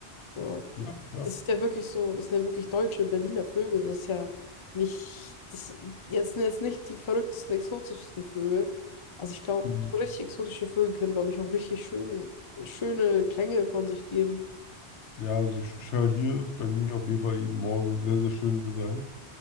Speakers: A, on the left (about 35°); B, on the left (about 85°).
A: So.
B: Ja, ja.
A: Das ist ja wirklich so, das sind ja wirklich deutsche Berliner Vögel. Das ist ja nicht, das jetzt sind jetzt nicht die verrücktesten, exotischsten Vögel. Also ich glaube,
B: Mhm.
A: so richtig exotische Vögel können, glaube ich, auch richtig schön, schöne Klänge von sich geben.
B: Ja, also ich, ich höre hier bei mir auf jeden Fall jeden Morgen sehr, sehr schönen Gesang.